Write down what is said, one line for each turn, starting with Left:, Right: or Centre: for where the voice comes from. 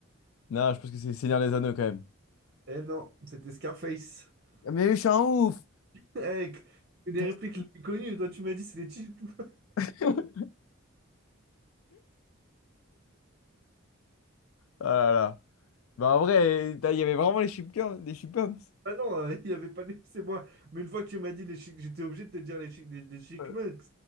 Left: Non, je pense que c'est Seigneur des Anneaux quand même.
Right: Eh non, c'était Scarface. <laughs>
Left: Mais je suis un ouf.
Right: Hey, c'est des
Left: Putain.
Right: répliques les plus connues. Toi, tu m'as dit c'est les Chipmunks.
Left: <laughs> Ah là là. Bah en vrai, t'as- il y avait vraiment les chipmunks, des chipmunks.
Right: Ah non, euh, <laughs> il avait pas les... C'est moi. Mais une fois que tu m'as dit les chic, j'étais obligé de te dire les chic, les, les Chic
Left: Euh,
Right: Monks.